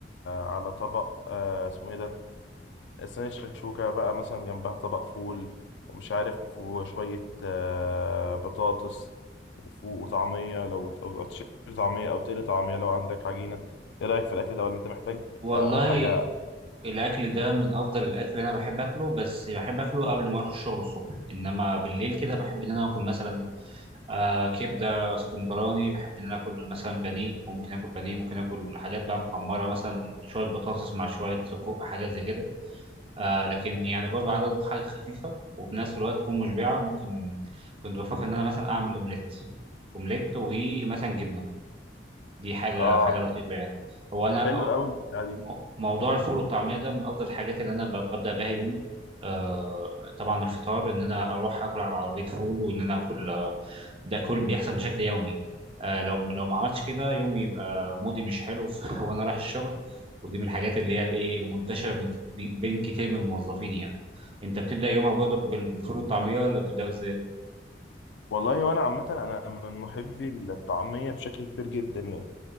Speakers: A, on the left (about 85°); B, on the right (about 30°).
A: على طبق آه، اسمه ايه ده صينية شكشوكة بقى مثلا جنبها طبق فول ومش عارف وشوية آه، بطاطس وفوق وطعمية لو أو أو تشيل طعمية أو تقلي طعمية لو عندك عجينة إيه رأيك في الأكل ده ولا أنت محتاج
B: والله
A: آه، حاجة
B: الاكل ده من افضل الاكل اللي انا بحب اكله بس بحب اكله قبل ما اروح الشغل الصبح انما بالليل كده بحب ان انا اكل مثلا آه كبده اسكندراني بحب ان انا اكل مثلا بانيه ممكن اكل بانيه ممكن اكل حاجات بقى محمره مثلا شويه بطاطس مع شويه سجق حاجات زي كده آه لكن يعني برضه عايز اطبخ حاجه خفيفه وفي نفس الوقت تكون مشبعه ممكن كنت بفكر ان انا مثلا اعمل اومليت اومليت ومثلا جبنه دي حاجه
A: آه
B: حاجه لطيفه يعني هو انا
A: حلو أوي البتاعة دي
B: مو- موضوع الفول والطعميه ده من افضل الحاجات اللي انا ب- ببدا بها يومي آه طبعا الفطار ان انا اروح اكل على عربيه فول وان انا اكل ده كل بيحصل بشكل يومي آه لو لو ما عملتش كده يومي يبقى مودي مش حلو <laughs> ف- وانا رايح الشغل ودي من الحاجات اللي هي الايه المنتشره بين كت- بين كتير من الموظفين يعني انت بتبدا يومك برضه بال- بالفول والطعميه ولا بتبداه ازاي
A: والله وأنا عامة أنا من محبي الطعمية بشكل كبير جدا يعني